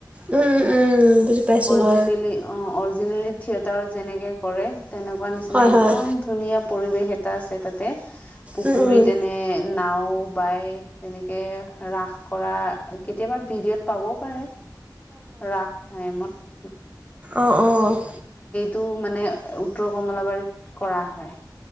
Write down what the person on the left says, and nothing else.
অৰজিনেলি অ' অৰিজিনেলি থিয়েটাৰত যেনেকৈ কৰে তেনেকুৱা নিচিনা
একদম
ধুনীয়া পৰিৱেশ এটা আছে তাতে পুখুৰীত
এনে নাও বাই তেনেকে ৰাস কৰা কেতিয়াবা ভিডিঅ'ত পাবও পাৰা। ৰাস টাইমত।
টো মানে উত্তৰ কমলাবাৰীত কৰা হয়।